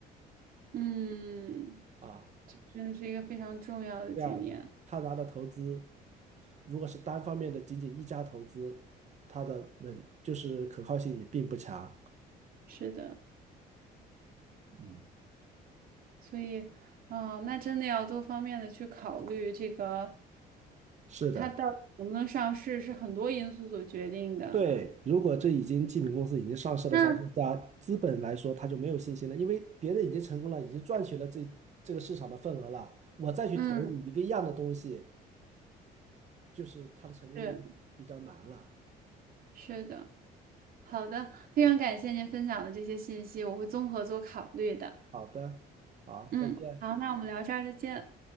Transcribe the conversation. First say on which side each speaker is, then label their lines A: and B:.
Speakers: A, on the right; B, on the right.
A: 嗯，
B: 啊？
A: 这真的是一个非常重要的经验。
B: 第二，他拿的投资，如果是单方面的仅仅一家投资，它的稳就是可靠性也并不强。
A: 是的，
B: 嗯，
A: 所以啊，那真的要多方面的去考虑这个，
B: 是的。
A: 它到底能不能上市是很多因素所决定的。
B: 对，如果这已经记名公司已经上市了三四家，
A: 那
B: 资本来说他就没有信心了，因为别人已经成功了，已经赚取了这这个市场的份额了，我再去投你一个一样的东西，
A: 嗯，
B: 就是它的成功率就比较难了。
A: 是是的，好的，非常感谢您分享的这些信息，我会综合做考虑的。
B: 好的，好，
A: 嗯，
B: 再见。
A: 好，那我们聊这儿再见。